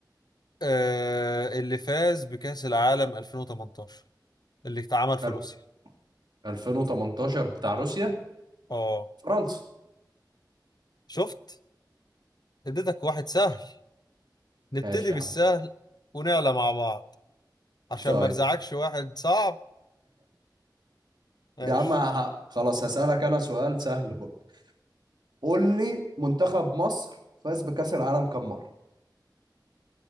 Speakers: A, on the left; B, on the right.
A: آه اللي فاز بكأس العالم 2018 اللي اتعمل في
B: ال-
A: روسيا
B: 2018 بتاع روسيا
A: اه
B: فرنسا
A: شفت اديتك واحد سهل نبتدي
B: ماشي
A: بالسهل
B: يا عم
A: ونعلى مع بعض عشان
B: طيب
A: ما ارزعكش واحد صعب ماشي
B: يا عم ه- خلاص هسألك أنا سؤال سهل برضه قول لي منتخب مصر فاز بكأس العالم كم مرة؟